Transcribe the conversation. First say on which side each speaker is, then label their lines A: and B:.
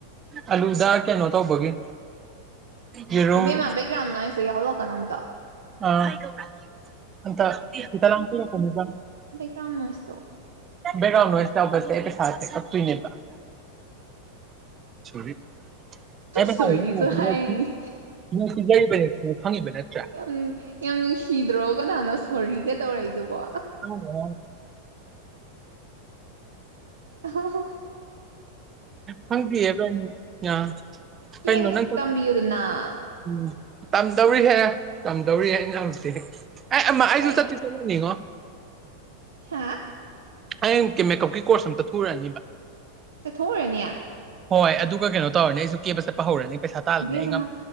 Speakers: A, on the right; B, on the right.
A: ꯑꯂꯨ ꯆꯔꯒ ꯀꯩꯅꯣ ꯇꯧꯕꯒꯤ ꯌꯦꯔꯨꯝ
B: ꯏꯕꯦꯝꯃ ꯕꯦꯛꯒ꯭ꯔꯥꯎꯟ ꯅꯣꯁꯇꯣ ꯌꯥꯎꯍꯜꯂꯛꯀꯅꯣ ꯑꯝꯇ
A: ꯑ ꯑ ꯏꯇ ꯂꯇ ꯅ ꯀꯣ <inaudible>
B: ꯕꯦꯛ꯭ꯔꯥꯝꯣꯣꯏꯁꯣ
A: ꯦꯛꯒ꯭ꯔꯥꯎꯟꯕꯁꯦ ꯑꯩ ꯄꯩꯁꯥꯦ ꯀꯞꯇꯣꯏꯅꯦꯕ ꯁꯣꯔꯤ ꯑꯩ ꯄꯩꯁꯥꯁꯦ
B: ꯁꯣꯅꯤꯁꯨ ꯍꯥꯏ
A: ꯅꯣꯏ ꯄꯤꯖꯔꯤꯕꯅꯦ ꯈꯪꯉꯤꯕ ꯅꯠꯇ꯭ꯔꯥ
B: ꯌꯥꯝ ꯌꯥꯝ ꯅꯨꯡꯁꯤꯗ꯭ꯔꯣ ꯀꯅꯥꯅꯣ ꯁꯣꯔꯤꯒ ꯇꯧꯔꯛꯏꯗꯨꯕꯣ
A: ꯍ
B: ꯍ ꯍ
A: ꯍꯪ ꯀꯤꯌꯦꯦ ꯑ
B: ꯀꯦꯕ
A: ꯀꯩꯅꯣ ꯅꯪ
B: ꯈꯛꯇ ꯇꯝꯕꯤꯌꯨꯗꯅ
A: ꯎꯝ ꯇꯝꯗꯧꯔꯤꯍꯦ ꯇꯝꯗꯧꯔꯤꯦ ꯑꯩꯅ ꯍꯧꯛꯇꯦ ꯑꯩ ꯑꯃ ꯑꯩꯁꯨ
B: ꯀꯔꯤ
A: ꯆꯠꯇ ꯀꯅꯤꯉ
B: ꯍꯥ
A: ꯍꯌꯦꯡ ꯃꯦꯀꯞꯀꯤ ꯀꯣꯔꯁ ꯑꯝꯇ ꯊꯨꯔꯛꯑꯅꯤꯕ
B: ꯇ ꯊꯣꯡꯎꯔꯅꯤ
A: ꯍꯣꯏ ꯑꯗꯨꯒ ꯀꯩꯅꯣ ꯇꯧꯔꯅꯤ ꯑꯩꯁꯨ ꯀꯦꯞ ꯆꯠꯄ ꯍꯧꯔꯅꯤ ꯄꯩꯁꯥ ꯇꯥꯜꯂꯅꯤ
B: ꯏꯕꯦꯝꯃꯦꯅ
A: ꯑꯩ ꯉꯝ